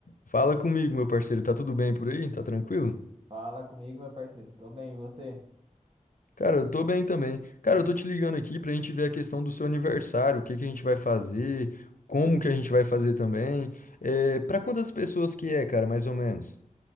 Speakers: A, on the left; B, on the right.
A: Fala comigo, meu parceiro. Tá tudo bem por aí? Tá tranquilo?
B: Fala comigo, meu parceiro. Tô bem, e você?
A: Cara, eu tô bem também. Cara, eu tô te ligando aqui pra gente ver a questão do seu aniversário, o que que a gente vai fazer, como que a gente vai fazer também. É, pra quantas pessoas que é, cara, mais ou menos?